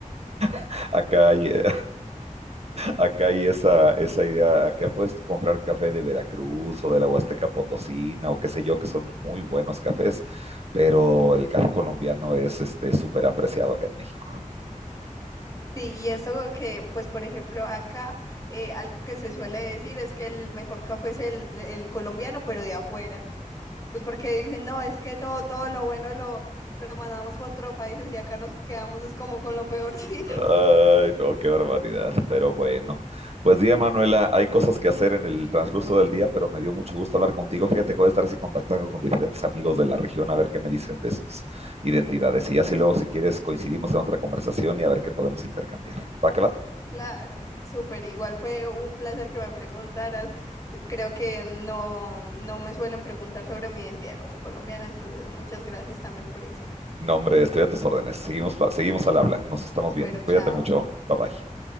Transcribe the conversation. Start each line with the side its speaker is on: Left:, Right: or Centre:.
Right: <laughs> Acá hay, eh, Acá hay esa, esa idea, acá puedes comprar café de Veracruz o de la Huasteca Potosina o qué sé yo, que son muy buenos cafés, pero el café colombiano es este súper apreciado acá en México.
Left: Sí, y eso que, pues, por ejemplo, acá eh, algo que se suele decir es que el mejor café es el, el colombiano, pero de afuera. Pues porque dicen, no, es que todo, todo lo bueno lo, lo mandamos para otros países y acá nos quedamos es como con lo peorcito. <laughs>
Right: Ay, no, qué barbaridad, pero bueno. Pues día, Manuela, hay cosas que hacer en el transcurso del día, pero me dio mucho gusto hablar contigo. Fíjate que voy a estar así contactando con diferentes amigos de la región a ver qué me dicen de sus identidades. Y así luego, si quieres, coincidimos en otra conversación y a ver qué podemos intercambiar. ¿Va que va?
Left: Claro, súper. Igual fue un placer que me preguntaras. Creo que no, no me suelen preguntar sobre mi identidad como colombiana, entonces muchas gracias también por eso.
Right: No, hombre, estoy a tus órdenes. Seguimos, seguimos al habla. Nos estamos viendo.
Left: Bueno, chao.
Right: Cuídate mucho. Bye bye.